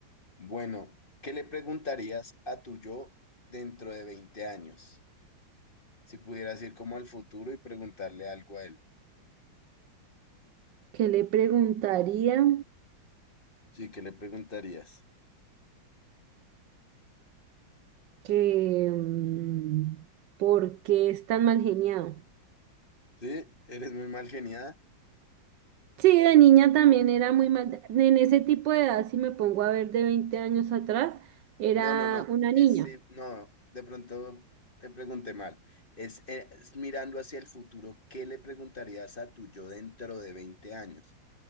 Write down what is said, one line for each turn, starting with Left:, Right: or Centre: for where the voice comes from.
Left: Bueno, ¿qué le preguntarías a tu yo dentro de 20 años? Si pudieras ir como al futuro y preguntarle algo a él.
Right: ¿Qué le preguntaría?
Left: Sí, ¿qué le preguntarías?
Right: Que, mm, ¿por qué es tan mal geniado?
Left: Sí, eres muy mal geniada.
Right: Sí, de niña también era muy mal. En ese tipo de edad, si me pongo a ver de 20 años atrás, era
Left: No, no, no.
Right: una
Left: Es,
Right: niña.
Left: eh, no, de pronto te pregunté mal. Es, eh, es mirando hacia el futuro, ¿qué le preguntarías a tu yo dentro de 20 años?